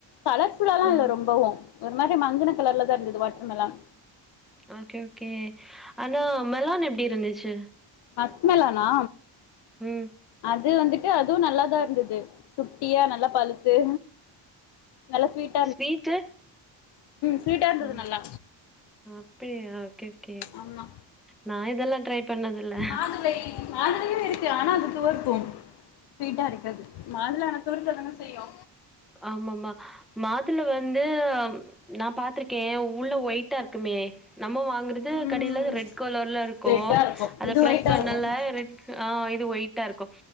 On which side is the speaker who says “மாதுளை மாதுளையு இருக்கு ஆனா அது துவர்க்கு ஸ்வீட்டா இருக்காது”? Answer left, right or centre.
Left